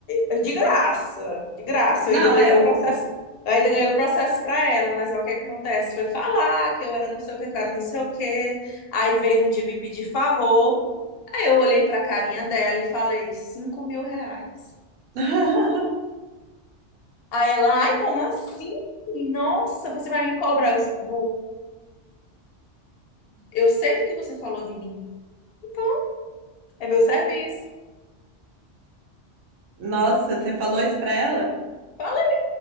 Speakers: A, on the left; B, on the right.
A: eu- de graça, de graça,
B: Não,
A: eu ainda ganhei
B: é.
A: o
B: o-
A: processo, eu ainda ganhei o processo para ela, mas aí o que que acontece? Foi falar que eu era não sei o que, que eu era não sei o que. Aí veio um dia me pedir favor, aí eu olhei para a carinha dela e falei, cinco mil reais.
B: <laughs>
A: Aí ela, ai, como assim? Nossa, você vai me cobrar? Eu, vou. eu sei do que você falou de mim. então É meu serviço.
B: Nossa, você falou isso pra ela?
A: Falei.